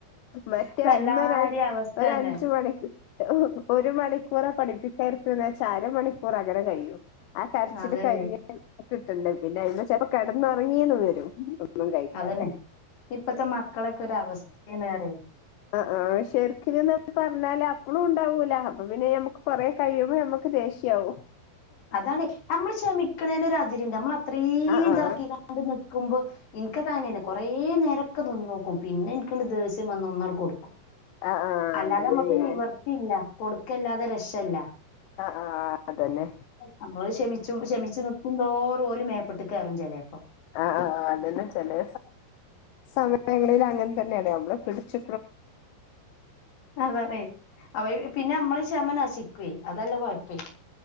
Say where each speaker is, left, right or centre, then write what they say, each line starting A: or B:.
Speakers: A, on the left; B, on the left.
A: മറ്റേ
B: ഇപ്പ
A: അഐമര
B: എല്ലാരേം അവസ്ഥ
A: ഒരു
B: തന്നെ
A: അഞ്ചു മണിക്ക് ഒരു മണിക്കൂറ പഠിപ്പ ചരക്കന്ന് വെച്ചാ അരമണിക്കൂർ അങ്ങനെ കഴിയും ആഹ കരച്ചിൽ
B: അതന്നെയാണ് അതന്നെ
A: കഴിഞ് കിട്ടണ്ടണ്ട് പിന്നെ അതി ചെപ്പോ കിടന്ന ഇറങ്ങിയന്ന് വരും ഒന്നും കഴിക്കാതെ
B: അതന്നെ ഇപ്പത്തെ മക്കളൊക്കെ ഒരവസ്തേണ്
A: ആഹ ആഹ ശെര്ക്കിന്ന്ന് പർഞ്ഞാല് അപ്പളൂണ്ടാവൂല അപ്പൊ പിന്നെ ഞമ്മക്ക് കൊറെ കയ്യുമ്പോ നമ്മക്ക് ദേഷ്യാവും
B: അതാണ് നമ്മള് ക്ഷമിക്ക്ണേന് ഒരതിര്ണ്ട് നമ്മളത്രീം
A: ആഹ് ആഹ്
B: താക്കിങ്ങാണ്ട് നിക്കുമ്പോ ഇന്ക്കക്കങ്ങനേണ് കൊറേ നേരക്കെ നിന്നോക്കും പിന്നെനിക്കണ്ട് ദേസ്യം വന്നൊന്നണ് കൊടുക്കും
A: ആഹ് ആഹ്
B: അല്ലാതെ
A: അതന്നെ
B: അമ്മക്ക്
A: ഞാൻ
B: നിവർത്തില്ല കൊട്ക്കല്ലാതെ രക്ഷല്ല
A: ആഹ ആഹ് ആഹ അതന്നെ
B: നമ്മള് ക്ഷമിച്ചും ക്ഷമിച്ചു നിക്കുന്തോറും ഓല് മേപ്പട്ട് കേറും ചെലേപ്പം
A: ആഹ അഹ അതന്നെ ചെലേ സമയങ്ങളിൽ അങ്ങൻ തന്നേണ് നമ്മള് പിടിച്ച്
B: അതണേയ് അവ പിന്നെ നമ്മളീ ക്ഷമ നശിക്കുയ് അതാള്ള കൊഴപ്പേയ്